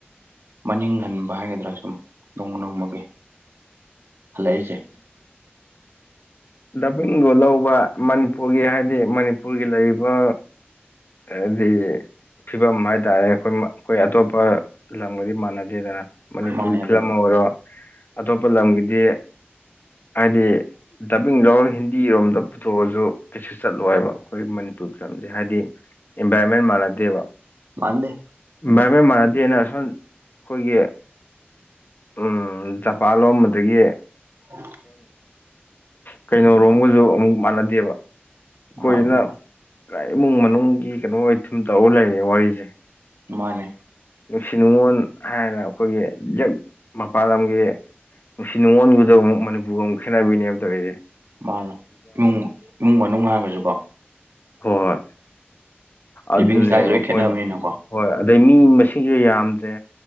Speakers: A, on the right; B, on the left.
A: ꯃꯅꯤꯡ ꯍꯟꯕ ꯍꯥꯏꯒꯗ꯭ꯔꯥ ꯁꯨꯝ ꯅꯣꯡꯃ ꯅꯣꯡꯃꯒꯤ ꯍꯜꯂꯛꯏꯁꯦ
B: ꯎ ꯗꯄꯡꯒ ꯂꯧꯕ ꯃꯅꯤꯄꯨꯔꯒꯤ ꯍꯥꯏꯗꯤ ꯃꯅꯤꯄꯨꯔꯒꯤ ꯂꯩꯔꯤꯕ ꯑꯗꯨꯗꯤ ꯐꯤꯕꯝ ꯍꯥꯏꯇꯥꯔꯦ ꯑꯩꯈꯣꯏ ꯑꯩꯈꯣꯏ ꯑꯇꯣꯞꯄ ꯂꯝꯒꯗꯤ ꯃꯥꯟꯅꯗꯦꯗꯅ ꯃꯅꯤꯄꯨꯔꯒꯤ
A: ꯃꯥꯅꯦ ꯑꯗꯨꯒ
B: ꯐꯤꯂꯝ ꯑꯃ ꯑꯣꯏꯔꯣ ꯑꯇꯣꯞꯄ ꯂꯝꯒꯤꯗꯤ ꯍꯥꯏꯗꯤ ꯗꯕꯤꯡ ꯂꯧꯔꯒ ꯍꯤꯟꯗꯤꯔꯣꯝꯗ ꯄꯨꯊꯣꯛꯑꯁꯨ ꯀꯩꯁꯨ ꯆꯠꯂꯣꯏꯕ ꯑꯩꯈꯣꯏꯒꯤ ꯃꯅꯤꯄꯨꯔ ꯐꯤꯂꯝꯗ ꯍꯥꯏꯗꯤ ꯏꯟꯚꯥꯏꯔꯣꯟꯃꯦꯟ ꯃꯥꯟꯅꯗꯦꯕ
A: ꯃꯥꯟꯗꯦ
B: ꯚꯥꯏꯕꯦꯜ ꯃꯥꯟꯅꯗꯦꯅ ꯑꯁꯣꯝ ꯑꯩꯈꯣꯏꯒꯤ ꯎꯝ ꯖꯄꯥꯟ ꯂꯣꯝꯕꯗꯒꯤ
A: ꯎꯝ
B: ꯀꯩꯅꯣꯔꯣꯝꯒꯁꯨ ꯑꯃꯨꯛ ꯃꯥꯟꯅꯗꯦꯕ ꯑꯩꯈꯣꯏꯅ
A: ꯃꯥꯟꯗꯦ
B: ꯄꯨꯔꯥ ꯏꯃꯨꯡ ꯃꯅꯨꯡꯒꯤ ꯀꯩꯅꯣ ꯑꯣꯏ ꯊꯨꯝ ꯇꯧꯔ ꯂꯩꯔꯦ ꯋꯥꯔꯤꯁꯦ
A: ꯃꯥꯅꯦ
B: ꯅꯨꯡꯁꯤ ꯅꯨꯡꯉꯣꯟ ꯍꯥꯏꯔꯅ ꯑꯩꯈꯣꯏꯒꯤꯛ ꯃꯄꯥꯟ ꯂꯝꯒꯤ ꯅꯨꯡꯁꯤ ꯅꯨꯡꯉꯣꯟꯒꯗꯕ ꯑꯃꯨꯛ ꯃꯅꯤꯄꯨꯔꯒ ꯑꯃꯨꯛ ꯈꯦꯠꯅꯕꯤꯅꯦ ꯍꯥꯏꯕ ꯇꯥꯔꯦꯁꯦ
A: ꯃꯥꯅ ꯏꯃꯨꯡ ꯏꯃꯨꯡ ꯃꯅꯨꯡ ꯍꯥꯏꯔꯒꯁꯨꯀꯣ
B: ꯍꯣꯏ ꯍꯣꯏ ꯑꯗꯨꯅꯦꯕ
A: ꯂꯤꯕꯤꯡ ꯏꯁꯇꯥꯏꯜ ꯂꯣꯏ
B: ꯑꯩꯈꯣꯏꯅ
A: ꯈꯦꯠꯅꯕꯅꯤꯅꯀꯣ
B: ꯍꯣꯏ ꯑꯗꯩ ꯃꯤ ꯃꯁꯤꯡꯁꯨ ꯌꯥꯝꯗ꯭ꯔꯦ